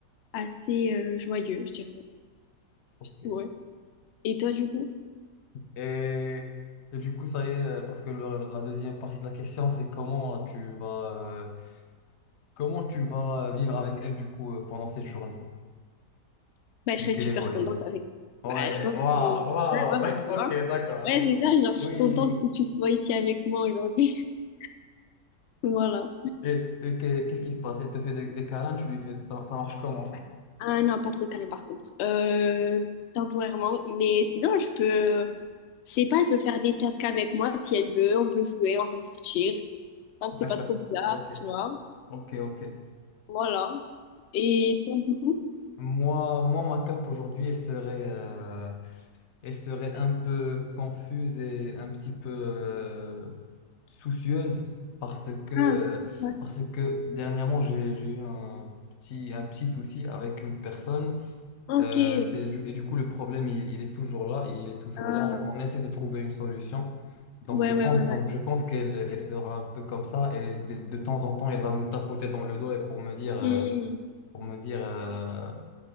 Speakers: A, on the left (about 80°); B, on the left (about 50°).
A: assez euh, joyeux, je dirais.
B: Ok.
A: Ouais. Et toi, du coup?
B: Et, et du coup, ça y est, parce que le- la deuxième partie de la question, c'est comment tu vas, euh, comment tu vas vivre avec elle, du coup, euh, pendant cette journée,
A: Bah, je
B: vu
A: serais
B: qu'elle
A: super
B: est joyeuse.
A: contente avec.
B: Ouais,
A: Bah, je pense
B: waouh,
A: que.
B: waouh,
A: Ouais, voilà, tu
B: <laughs>
A: vois.
B: ok, d'accord,
A: Ouais, c'est ça,
B: ok.
A: genre, je
B: Oui.
A: suis contente que tu sois ici avec moi aujourd'hui. <laughs> Voilà.
B: Et, et que- qu'est-ce qui se passe? Elle te fait des, des câlins, tu lui fais... Ça, ça marche comment?
A: Ah non, pas trop calme par contre. Euh, temporairement. Mais sinon, je peux. Je sais pas, elle peut faire des tasks avec moi si elle veut. On peut jouer, on peut sortir. Donc,
B: D'accord.
A: c'est pas trop bizarre,
B: Ok.
A: tu vois.
B: Ok, ok.
A: Voilà. Et toi, du coup?
B: Moi, moi, ma cape aujourd'hui, elle serait, euh, elle serait un peu confuse et un petit peu euh, soucieuse parce que, euh,
A: Ah, ouais.
B: parce que dernièrement, j'ai, j'ai eu un petit, un petit souci avec une personne.
A: Ok.
B: Euh, c'est du- et du coup, le problème, il, il est toujours là, et il est toujours
A: Ah.
B: là. On, on essaie de trouver une solution. Donc,
A: Ouais,
B: je
A: ouais,
B: pense,
A: ouais, ouais.
B: donc je pense qu'elle elle sera un peu comme ça, et de, de temps en temps, elle va me tapoter dans le dos et pour me dire, euh,
A: Hmm,
B: pour me dire, euh,